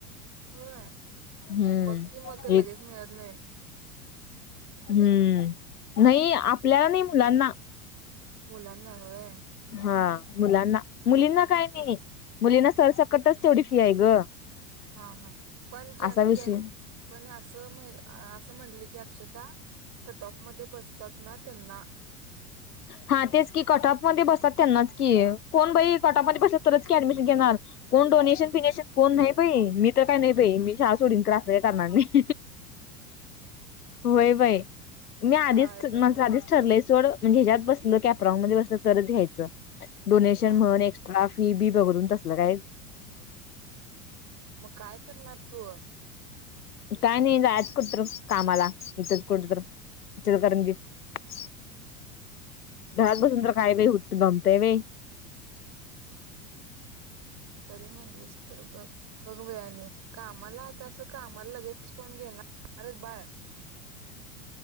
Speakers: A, on the right; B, on the left.
A: होय
B: हम्म
A: बग की मग ते
B: एक
A: लगेच मिळत नाही.
B: हम्म नाही आपल्याला नाही मुलांना
A: मुलांना होय.
B: हा मुलांना मुलींना काय नाही मुलींना सरसकटच तेवढी फी आहे ग.
A: हा हा पण जन
B: असा विषय
A: ज्याची पण असं म्हणली की अक्षता कट ऑफ मध्ये बसतात ना त्यांना
B: हा तेच की कट ऑप मध्ये बसतात त्यांनाच की कोण बाई कट ऑप मध्ये बसलं की तरच की ऍडमिशन घेणार कोण डोनेशन पिनेशन कोण नाही बाई मी तर काही नाही बाई मी शाळा सोडीन खर असलं काय करणार नाही व्हय बाई मी आधीच
A: काय नव्हच
B: माझं आधीच ठरलंय सोड. म्हणजे ह्याच्यात बसलं कॅपराँन मध्ये बसलं तरच घ्यायचं. डोनेशन
A: हा
B: म्हणून
A: हा
B: एक्स्ट्रा फी बी बघून तसल का
A: मग काय करणार तू
B: काय नाही जायच कुठतर कामाला इथच कुठतर ईचलकरंजी त घरात बसुन
A: तरी म्हटलीस तर बघ बघ बाई कामाला आता असं कामाला लगेचच कोण घेणारेत बाळ